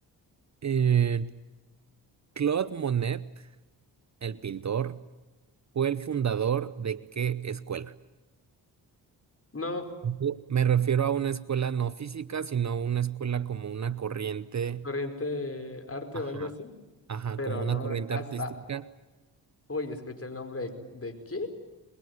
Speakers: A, on the right; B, on the left.
A: eh, Claude Monet, el pintor, fue el fundador de qué escuela?
B: No,
A: Ojo, Me refiero a una escuela no física, sino una escuela como una corriente,
B: corriente de arte
A: ajá,
B: o algo así,
A: ajá,
B: pero
A: como una
B: no
A: corriente
B: hasta
A: artística.
B: hoy escuché el nombre de, ¿de qué?